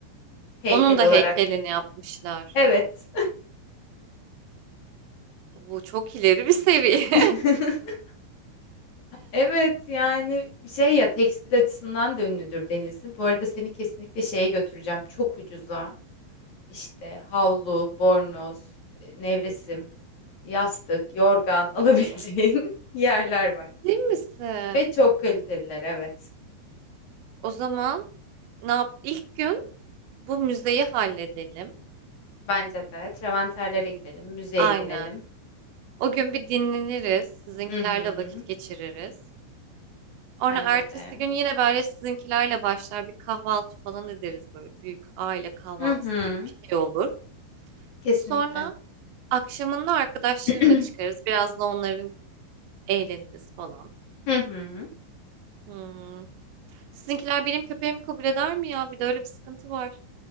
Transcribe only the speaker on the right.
Onun da
heykelini yapmışlar.
Bu çok ileri bir seviye. <laughs>
Değil misin?
O zaman ne yap? İlk gün bu müzeyi halledelim.
Aynen.
O gün bir dinleniriz, sizinkilerle
vakit geçiririz. Sonra
ertesi
gün yine böyle sizinkilerle başlar bir kahvaltı falan ederiz böyle büyük aile kahvaltısı
gibi bir şey olur.
Sonra akşamında arkadaşlarına
çıkarız. Biraz da onların eğleniriz falan.
Hmm. Sizinkiler benim köpeğimi kabul eder mi ya? Bir de öyle bir sıkıntı var.